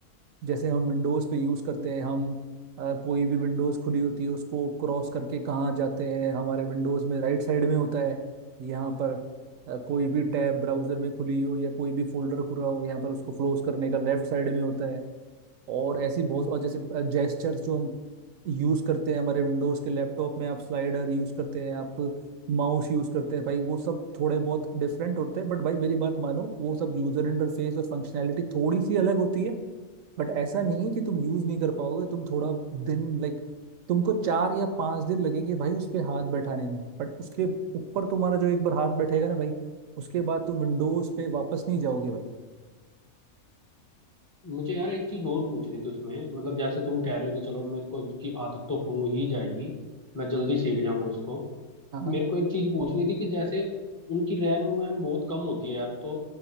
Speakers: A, on the right; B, on the left.
A: जैसे हम विंडोज पे यूज करते हैं हम अ, कोई भी विंडोज खुली होती है उसको क्रॉस करके कहाँ जाते हैं हमारे विंडोज में राइट साइड में होता है यहाँ पर अ, कोई भी टैब ब्राउजर में खुली हो या कोई भी फोल्डर खुला हो यहाँ पर उसको क्लोज करने का लेफ्ट साइड में होता है और ऐसी बहुत और जैसे जेस्चर्स जो हम यूज करते हैं हमारे विंडोज के लैपटॉप में आप स्लाइडर यूज करते हैं आप माउस यूज करते हैं भाई वो सब थोड़े बहुत डिफरेंट होते हैं बट भाई मेरी बात मानो वो सब यूजर इंटरफेस और फंक्शनैलिटी थोड़ी सी अलग होती है बट ऐसा नहीं है कि तुम यूज नहीं कर पाओगे तुम थोड़ा दिन लाइक तुमको चार या पांच दिन लगेंगे भाई उस पे हाथ बैठाने में बट उसके ऊपर तुम्हारा जो एक बार हाथ बैठेगा ना भाई उसके बाद तुम विंडोज पे वापस नहीं जाओगे भाई
B: मुझे यार एक चीज और पूछनी थी उसमें मतलब जैसे तुम कह रहे हो कि चलो मेरे को उसकी आदत तो हो ही जाएगी मैं जल्दी सीख जाऊंगा उसको
A: हाँ हाँ
B: मेरे को एक चीज पूछनी थी कि जैसे उनकी रैम वैम बहुत कम होती है यार तो